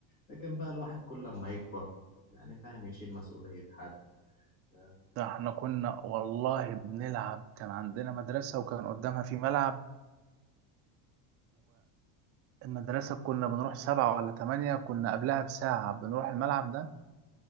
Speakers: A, on the left (about 35°); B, on the right (about 35°).
A: لكن بقى الواحد كل لما يكبر يعني فاهم يشيل مسؤولية حد آه،
B: ده احنا كنا والله بنلعب كان عندنا مدرسة وكان قدامها في ملعب والمدرسة كنا بنروح سبعة ولا تمانية كنا قبلها بساعة بنروح الملعب ده